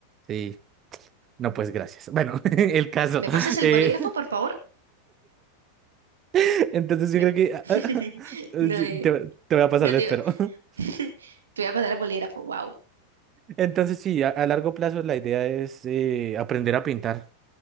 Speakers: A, on the right; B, on the right.
A: Sí, no, pues gracias. Bueno, <laughs> el caso.
B: ¿Me pasas el
A: eh,
B: bolígrafo, por favor?
A: <laughs> entonces yo
B: Me-
A: creo que ah,
B: <laughs>
A: ah, <laughs> te,
B: No, dime.
A: te voy a pasar
B: ya
A: el
B: te
A: esfero.
B: iba.
A: <laughs>
B: <laughs> Te voy a pasar el bolígrafo, wow.
A: Entonces sí, a, a largo plazo la idea es eh, aprender a pintar,